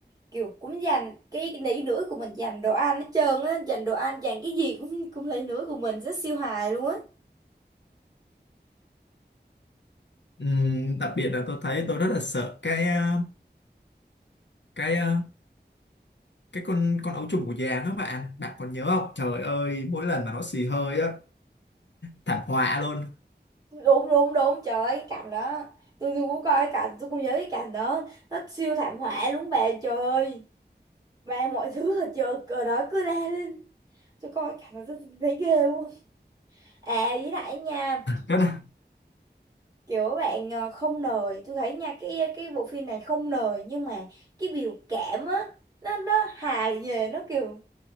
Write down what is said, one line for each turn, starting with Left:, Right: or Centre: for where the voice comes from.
Right: kiểu cũng dành cái nỉ nữa của mình dành đồ ăn hết trơn á dành đồ ăn dành cái gì cũng cũng lấy nữa của mình rất siêu hài luôn á
Left: ừ, đặc biệt là tôi thấy tôi rất là sợ cái ờ, cái ờ, cái con con ấu trùng của già đó bạn bạn còn nhớ không trời ơi mỗi lần mà nó xì hơi á thảm họa luôn
Right: đúng đúng đúng trời ơi cái cảnh đó tôi tôi cũng coi cái cảnh tôi cũng nhớ cái cảnh đó nó siêu thảm họa luôn bà trời ơi mà mọi thứ ở chợ ở đó cứ la lên tôi coi cái cảnh đó tôi thấy ghê luôn à với lại nha
Left: rất là
Right: kiểu bạn ờ, không nời tôi thấy nha cái cái bộ phim này không nời nhưng mà cái biểu cảm á nó nó hài về nó kiểu